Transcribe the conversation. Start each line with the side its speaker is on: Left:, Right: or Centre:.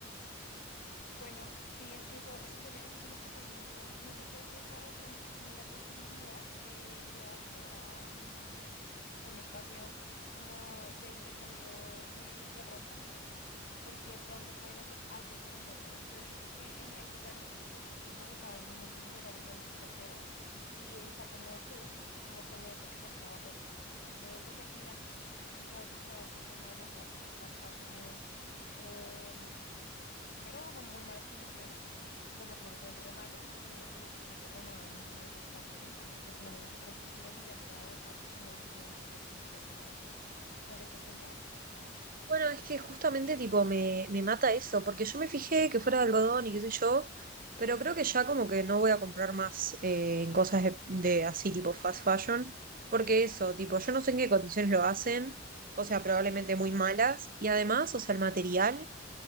Left: Bueno, sí, es que eso, eso suele, eso suele pasar un montón. No sé si has pensado de pronto como en la posibilidad de llevarlo a, mm, a un espacio como de intercambio eh, de ropa. por si de pronto pueden hacer algo con ella, ¿no? Yo he visto que en, hay lugares, de hecho aquí en Bogotá hay un montón de lugares donde tú las llevas y, eh, sacan nuevos productos, como con eso que ya estaba roto. Eh, porque al final, pues, tú sabes que todo este tema de la fast, del fast fashion es, em, pues primero bajo muy malas condiciones, los materiales son re malos y pues tiene una obsolescencia programada muy, muy cercana, ¿no? Entonces, pues imagínate tres posturas y ya para votar, no, no sería como chévere, la verdad. No sé qué has pensado.
Right: Bueno, es que justamente tipo me, me mata eso, porque yo me fijé que fuera de algodón y qué sé yo, pero creo que ya como que no voy a comprar más eh, en cosas de, de así tipo fast fashion, porque eso, tipo, yo no sé en qué condiciones lo hacen, o sea, probablemente muy malas, y además, o sea, el material